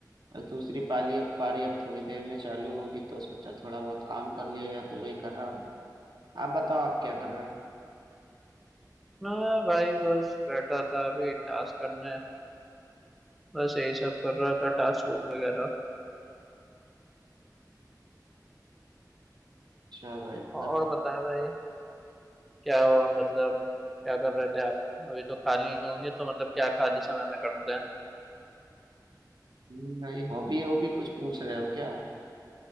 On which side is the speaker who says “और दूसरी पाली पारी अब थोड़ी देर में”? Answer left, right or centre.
Right